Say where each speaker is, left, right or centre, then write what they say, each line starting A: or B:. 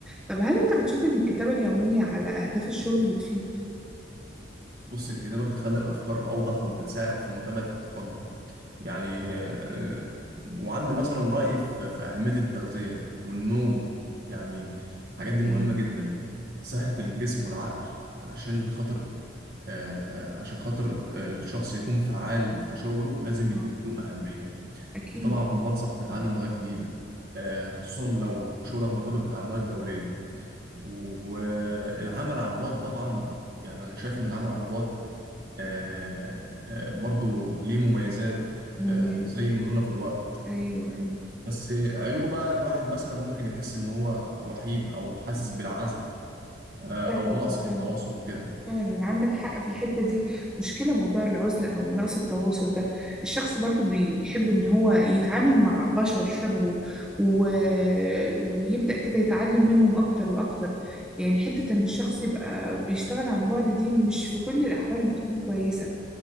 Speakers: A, in the centre; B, on the right.
A: طب هل أنت بتشوف إن الكتابة اليومية على أهداف الشغل بتفيد؟
B: بص الكتابة بتخلي الأفكار أوضح وبتساعد في متابعة التقدم يعني آه، وعندي مثلا رأي في في أهمية التغذية والنوم يعني الحاجات دي مهمة
A: ايه
B: جدا صحة الجسم والعقل عشان خاطر آه، آه، عشان خاطر آه، الشخص يكون فعال في شغله لازم
A: اه
B: يديهم أهمية
A: أكيد
B: وطبعا بنصح بتعلم لغات جديدة آه، خصوصا لو شغلك مرتبط بتعاملات دولية والعمل عن بعد طبعا يعني انا شايف ان العمل عن بعد آه، آه، برضو ليه مميزات
A: مميز
B: آه، زي المرونة في الوقت
A: أيوه أيوه
B: بس عيوبه بقى الواحد مثلا ممكن يحس ان هو وحيد او حاسس بالعزل آه،
A: فعلا
B: او نقص في
A: فعلا
B: التواصل وكده
A: فعلا عندك حق في الحتة دي مشكلة موضوع العزلة أو نقص التواصل ده الشخص برضو بيحب إن هو يتعامل مع بشر شبهه و... ويبدأ كده يتعلم منهم أكتر وأكتر يعني حتة إن الشخص يبقى بيشتغل عن بعد دي مش في كل الأحوال بتكون كويسة